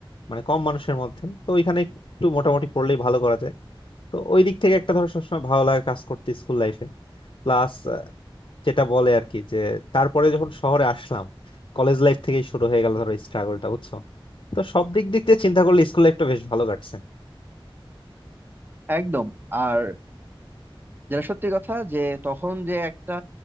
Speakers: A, on the left; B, on the right.
A: মানে কম মানুষের মধ্যে তো ওইখানে একটু মোটামুটি পড়লেই ভালো করা যায় তো ওই দিক থেকে একটা ধরো সবসময় ভালো লাগা কাজ করতে স্কুল লাইফে প্লাস যেটা বলে আর কি যে তারপরে যখন শহরে আসলাম কলেজ লাইফ থেকেই শুরু হয়ে গেল ধরো স্ট্রাগলটা বুঝছো তো সব দিক দিক দিয়ে চিন্তা করলে স্কুল লাইফটা বেশ ভালো কাটছে
B: একদম আর যেটা সত্যি কথা যে তখন যে একটা